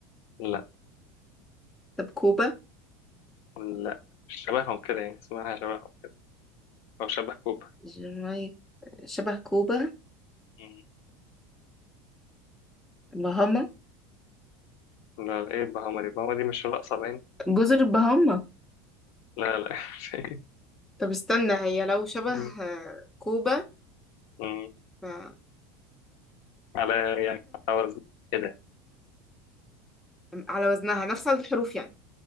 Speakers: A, on the left (about 50°); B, in the centre.
A: لا
B: طب كوبا
A: لا مش شبههم كده يعني اسمها شبههم كده او شبه كوبا
B: جامايكا شبه كوبا
A: مم.
B: بهاما
A: لا لا، ايه بهاما دي بهاما دي مش الاقصى باين
B: جزر بهاما
A: لا لا <laughs>
B: طب استنى هي لو شبه
A: مم.
B: آه، كوبا
A: مم.
B: ف... <laughs>
A: على يعني على وزن كده
B: على وزنها نفس عدد الحروف يعني